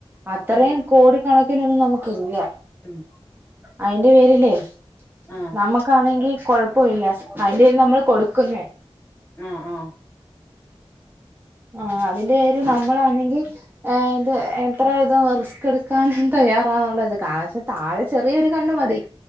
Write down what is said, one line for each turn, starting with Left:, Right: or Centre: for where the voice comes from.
Right: അത്രയും
Left: ഉം
Right: കോടിക്കണക്കിനൊന്നും നമുക്ക് ഇല്ല
Left: ഉം
Right: അയിന്റെ പേരില്
Left: ആഹ്
Right: നമുക്കാണെങ്കി കോഴ പ്പു ഇല്ല അയിന്റെ പെര്ൽ നമ്മള് കൊടുക്കുന്നെ
Left: ആ ആ
Right: ആ അതിന്റെ പേര് നമ്മളാണെങ്കി ഇത് എത്ര ഇതം റിസ്ക് എടു കാൻ തയ്യാറാന്നുള്ളത് <unintelligible> താഴെ ചെറിയൊര് കണ്ണ് മതി